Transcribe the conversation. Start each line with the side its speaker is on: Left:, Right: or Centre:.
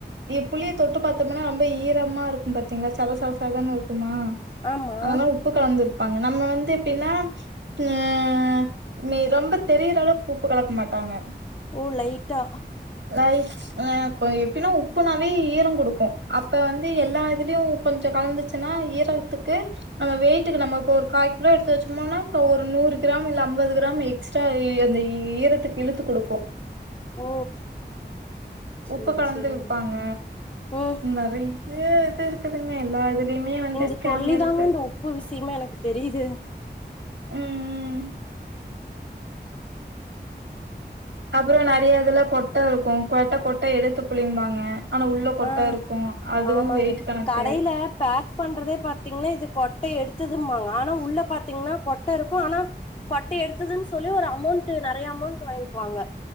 Right: புளிய தொட்டு பாத்தோமுனா ரொம்ப ஈரமா இருக்கும் பார்த்தீங்களா சத சத சதனு இருக்குமா
Left: ஆமா
Right: அதெல்லாம் உப்பு கலந்துருப்பாங்க நம்ம வந்து எப்டின்னா அ ரொம்ப தெரியிற அளவுக்கு உப்பு கலக்க மாட்டாங்க
Left: ஓ லைட்டா
Right: லைட் ஹ கொஞ்ஜோ எப்டினா உப்புனாவே ஈரோம் கொடுக்கும் அப்ப வந்து எல்லா இதுலயும் கொஞ்ஜோம் கலந்துச் ச்சுன்னா ஈரத்துக்கு நம்ம வெயிட்க்கு நம்மப்ப ஒரு காய் கிலோ எடுத்து வச்சோம்னா அப்றோம் ஒரு நூறு கிராம் இல்ல ஐம்பது கிராம் எக் எக்ஸ்ட்ரா அந்த ஈரத்துக்கு இழுத்து கொடுக்கும்
Left: ஓ சரி
Right: உப்பு கலந்து
Left: சரிங்க
Right: விப்பாங்க
Left: ம்
Right: நறைய இது இருக்குதுங்க எல்லா அதுலயுமே வந்து
Left: நீங்க
Right: ஸ்கேம்
Left: சொல்லிதாங்க
Right: இருக்கு
Left: இந்த உப்பு விஷயமே எனக்கு தெரியுது
Right: ம் ம் அப்றோ நறைய இதுல கொட்ட இருக்கு கொட்ட கொட்ட எடுத்து புளிம்பாங்க ஆனா உள்ள கொட்ட
Left: ஆ
Right: இருக்கு அதுவு
Left: ஆமாங்க
Right: வெயிட் கணக்கு
Left: கடையில பேக் பண்றதே பாத்தீங்ன்னா இது கொட்ட எடுத்ததும்மாங்க ஆனா உள்ள பாத்தீங்ன்னா கொட்ட இருக்கு ஆனா கொட்ட எடுத்ததுனு சொல்லி ஒரு அமௌண்ட்டு நெறைய அமௌண்ட் வாங்கிவாங்க